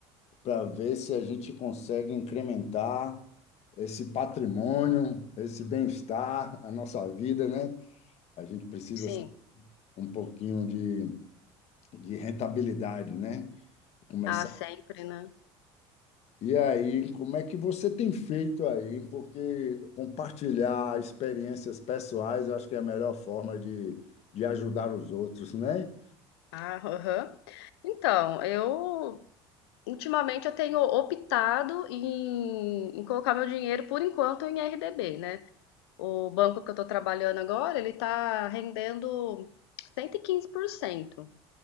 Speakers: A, on the left (about 55°); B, on the left (about 80°).
A: para ver se a gente consegue incrementar esse patrimônio, esse bem-estar, a nossa vida, né? A gente precisa
B: sim.
A: assim, um pouquinho de, de rentabilidade, né? Começar.
B: Ah, sempre, né?
A: E aí, como é que você tem feito aí? Porque compartilhar experiências pessoais, eu acho que é a melhor forma de, de ajudar os outros, né?
B: Ah, aham. Então, eu ultimamente eu tenho optado em, em colocar meu dinheiro por enquanto em RDB, né? O banco que eu tô trabalhando agora, ele tá rendendo 115%.